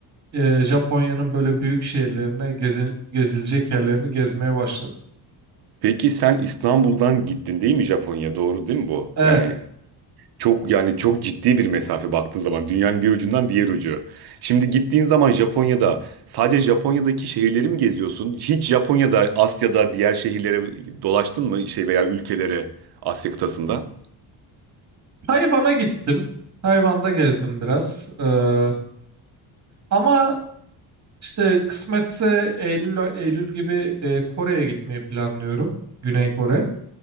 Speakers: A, on the right (about 35°); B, on the right (about 55°).
A: e, Japonya'nın böyle büyük şehirlerine gezi- gezilecek yerlerini gezmeye başladım.
B: Peki sen İstanbul'dan gittin değil mi Japonya? Doğru değil mi bu?
A: Evet,
B: Yani çok yani çok ciddi bir mesafe baktığın zaman dünyanın bir ucundan diğer ucu. Şimdi gittiğin zaman Japonya'da sadece Japonya'daki şehirleri mi geziyorsun? Hiç Japonya'da, Asya'da diğer şehirlere dolaştın mı şey veya ülkelere Asya kıtasında?
A: Tayvan'a gittim. Tayvan'da gezdim biraz. Ee, ama işte kısmetse Eylül Eylül gibi e, Kore'ye gitmeyi planlıyorum. Güney Kore.